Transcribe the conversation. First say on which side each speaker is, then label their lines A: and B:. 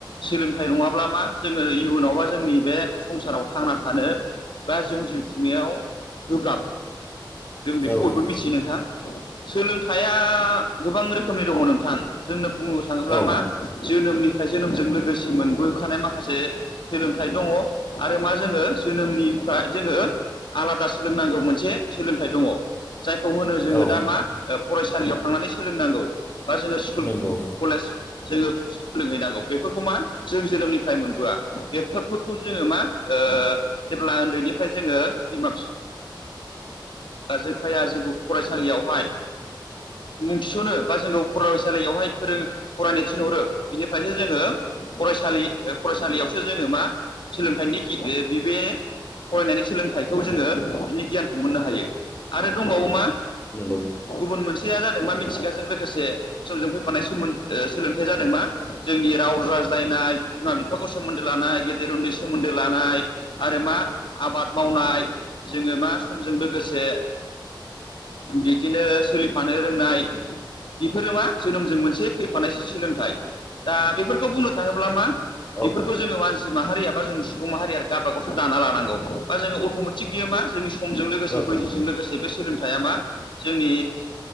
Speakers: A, on the left; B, on the left.
A: सोलोंथाइ नङाब्ला मा जोङो इयुनाव बा जोंनि बे संसाराव थांना थानो बा जों जिउ खुंनायाव गोब्राब। जों बेखौ
B: औ
A: बयबो मिथियो नोंथां सोलोंथाइया गोबां रोखोमनि दङ नोंथां। जोंनो बुंनो थाङोब्ला
B: औ
A: मा जोनोमनिफ्राय जोनोमजों लोगोसे मोनबोखानाय माखासे सोलोंथाइ दङ आरो मा जोङो जोनोमनिफ्राय जोङो आलादा सोलोंनांगौ मोनसे सोलोंथाइ दङ जायखौ होनो जोङो
B: औ
A: दा मा फरायसालियाव थांनानै सोलोंनांगौ बा जोङो स्कुल
B: नंगौ
A: कलेज जोङो। सोलोंहैनांगौ बेफोरखौ मा जों जोनोमनिफ्राय मोनबोआ बेफोरखौ जोङो मा? ओ जेब्ला उन्दैनिफ्राय जोङो बिमा-बिफा <unintelligible> जायफाया जोंखौ फरायसालियावहाय मुं थिस'नो बा जोंखौ फरायसालियावहाय फोरों फरायनो थिनहरो बिनिफ्रायसो जोङो फरायसालि, फरायसालियावसो जोङो मा? सोलोंथाइनि <unintelligible> बिबे फरायनायनि सोलोंथाइखौ जोङो बिनि गियानखौ मोननो हायो। आरो दंबावो मा
B: नंगौ
A: <unintelligible> गुबुन मोनसेया जादों मा मिथिगाजों लोगोसे समजों फैफानाय सोमोन्द सोलोंथाइया जादों मा जोंनि राव रायज्लायनाय बिमा-बिफाखौ सोमोन्दो लानाय, गेदेर-उन्दै सोमोन्दो लानाय आरो मा आबाद मावनाय। जोङो मा समजों लोगोसे। बिदिनो सोलिफानो रोंनाय, बेफोरो मा जोनोमजों मोनसे फैफानाय सोलोंथाइ, दा बेफोरखौ बुंनो थाङोब्ला मा?
B: औ
A: बेफोरखौ जोङो मानसि माहारियाबा जों सुबुं माहारिया गाबागावसो दाना लानांगौ बा जोङो अट'मेटिक बियो मा जोंनि, समजों लोगोसे
B: औ
A: बैसोजों
B: नंगौ
A: लोगोसे
B: औ
A: बे सोलोंथाइया मा जोंनि